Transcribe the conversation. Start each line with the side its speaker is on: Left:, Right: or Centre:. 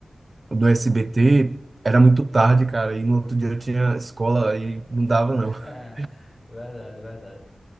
Right: do SBT era muito tarde, cara, e no outro dia eu tinha escola e não dava
Left: <laughs>
Right: não, <laughs>
Left: Verdade, verdade.